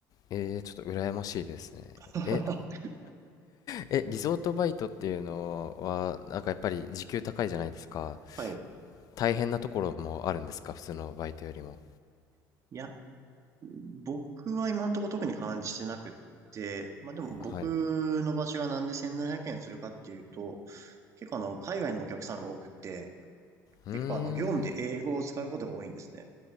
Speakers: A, on the left; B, on the right.
A: えー、ちょっと羨ましいですね。
B: <laughs>
A: え、え、リゾートバイトっていうのは、なんかやっぱり時給高いじゃないですか。
B: はい。
A: 大変なところもあるんですか普通のバイトよりも。
B: いや、僕は今のところ特に感じてなくって、まあでも僕の場所がなんで1700円するかっていうと、
A: はい。
B: 結構あの、海外のお客さんが多くって、
A: うーん。
B: 結構あの、業務で英語を使うことが多いんですね。